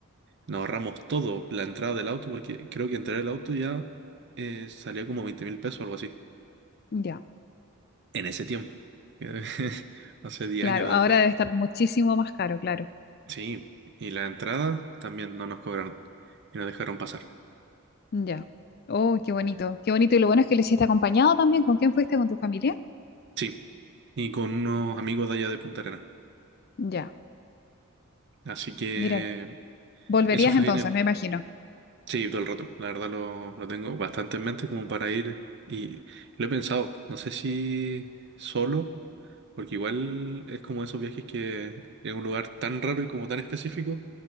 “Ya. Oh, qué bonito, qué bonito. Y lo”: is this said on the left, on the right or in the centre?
Left